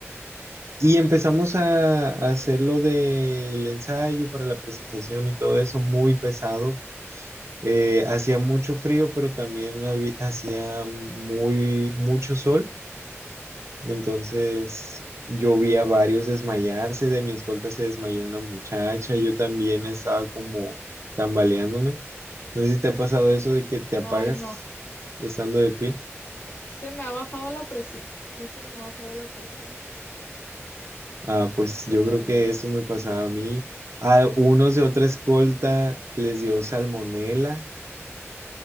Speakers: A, on the right; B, on the left.
A: Y empezamos a, a hacer lo del ensayo para la presentación y todo eso muy pesado. Eh, hacía mucho frío, pero también habí- hacía muy, mucho sol. Entonces yo vi a varios desmayarse. De mi escolta se desmayó una muchacha. Yo también estaba como tambaleándome. No sé si te ha pasado eso de que te apagas
B: No, y no.
A: estando de pie.
B: Se me ha bajado la presión. Sí, se me ha bajado la presión,
A: Ah, pues yo
B: pero
A: creo que eso me pasaba a mí. A unos de otra escolta les dio salmonela.